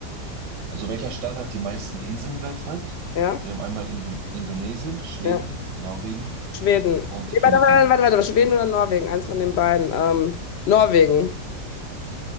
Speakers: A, on the right; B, on the left.
A: Also welcher Staat hat die meisten Inseln weltweit?
B: Ja,
A: Wir haben einmal Indo Indonesien, Schweden,
B: ja.
A: Norwegen
B: Schweden.
A: und
B: Nee,
A: die Philippinen.
B: warte, warte, warte, warte, Schweden oder Norwegen? Eins von den beiden. Ähm, Norwegen.